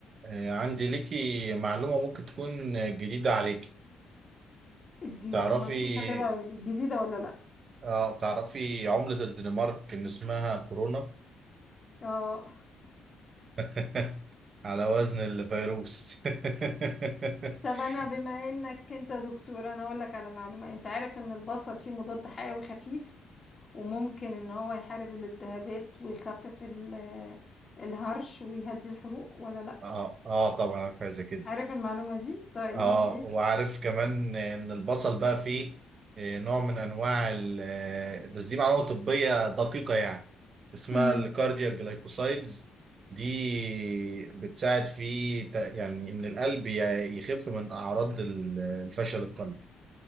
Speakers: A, on the right; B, on the left.
A: آه، عندي ليكي معلومة ممكن تكون جديدة عليكي
B: اديني
A: تعرفي
B: وما نشوف هتبقى جديدة ولا لا
A: اه تعرفي عملة الدنمارك ان اسمها كورونا
B: اه
A: <laughs> على وزن الفيروس <laughs>
B: طب انا بما انك انت دكتور انا اقول لك على معلومة انت عارف ان البصل فيه مضاد حيوي خفيف وممكن ان هو يحارب الالتهابات ويخفف ال- الهرش ويهدي الحروق ولا لا
A: اه اه طبعا عارفة زي كده
B: عارف المعلومة دي طيب
A: اه
B: ماشي
A: وعارف كمان ان البصل بقى فيه آه، نوع من انواع ال- آه، بس دي معلومه طبيه دقيقه يعني اسمها
B: مم.
A: الكاردياك جلايكوسايدز دي بتساعد في ت- يعني ان القلب ي- يخف من اعراض ال- الفشل القلبي